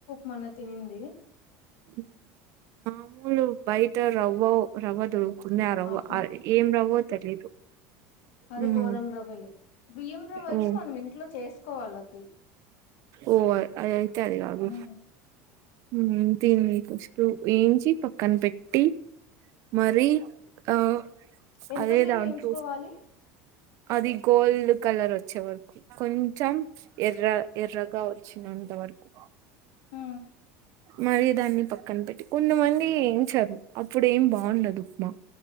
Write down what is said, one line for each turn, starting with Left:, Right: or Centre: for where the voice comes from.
Left: మోన్న తినింది
Right: ము మామూలు బయట రవ్వ రవ్వదు కొన్య రవ్వ
Left: ఆహా
Right: ఏం రవ్వో తెలీదు
Left: అదే
Right: ఉమ్
Left: గోధమ రవ్వలే బియ్యం రవ్వ అయితే
Right: ఓ
Left: మనం ఇంట్లో చేసుకోవాలి అది
Right: ఓ అ అయితే అది కాదు
Left: ఉమ్.
Right: హు దీన్ని పస్టూ ఏంచ్చి పక్కన పెట్టి మరి ఆ
Left: ఎంతసేపు
Right: అదే దాంట్లో
Left: ఎంచుకోవాలి
Right: అది గోల్డ్ కలర్ వచ్చే వరకు కొంచం ఎర్రఎర్రగా వచ్చినం అంతవరకు
Left: హు
Right: మరి దాన్ని పక్కన పెట్టి కొంతమంది ఏంచదు అప్పుడు ఏం బావుండదు ఉప్మా